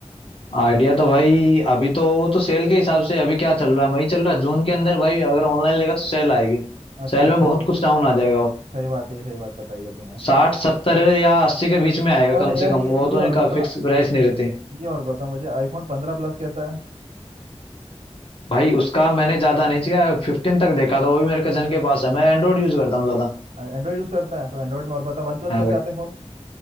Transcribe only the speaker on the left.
आइडिया तो भाई अभी तो वो तो सेल के हिसाब से अभी क्या चल रहा है वही चल रहा है जून के अंदर भाई अगर ऑनलाइन लेगा तो सेल आएगी
सेल
में बहुत
कुछ डाउन आ जाएगा
साठ सत्तर या अस्सी के बीच में आएगा
कम
से कम
वो
तो
इनका
फिक्स प्राइस नहीं रहते
भाई उसका मैंने ज्यादा नहीं किया फिफ्टीन तक देखा था वो भी मेरे कजन के पास है मैं एंड्रॉइड यूज करता हूँ ज्यादा
हाँ
भाई